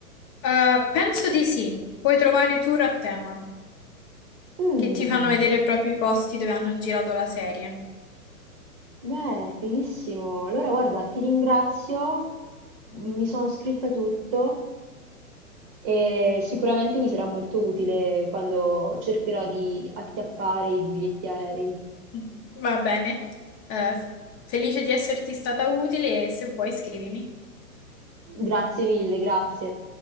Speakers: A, on the left; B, on the right.
A: Eh, penso di sì. Puoi trovare tour a tema
B: Mm.
A: che ti fanno vedere proprio i posti dove hanno girato la serie.
B: Beh, fighissimo. Allora, guarda, ti ringrazio, mi sono scritta tutto e sicuramente mi sarà molto utile quando cercherò di acchiappare i biglietti aerei.
A: <laughs> Va bene. Eh, felice di esserti stata utile e se vuoi scrivimi.
B: Grazie mille, grazie.